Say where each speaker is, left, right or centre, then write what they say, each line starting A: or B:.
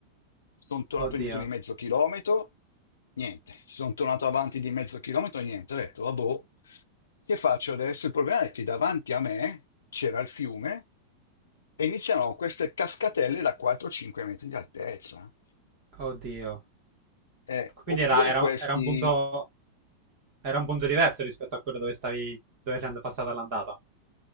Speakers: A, on the left (about 65°); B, on the right (about 45°).
A: sono tornato
B: Oddio,
A: indietro di mezzo chilometro, niente, sono tornato avanti di mezzo chilometro, niente, ho detto, vabbè, che faccio adesso? Il problema è che davanti a me c'era il fiume e iniziano queste cascatelle da 4-5 metri di altezza,
B: oddio.
A: Eh,
B: Quindi
A: oppure
B: era, era-
A: questi.
B: era un punto, era un punto diverso rispetto a quello dove stavi, dove sei and- passata all'andata.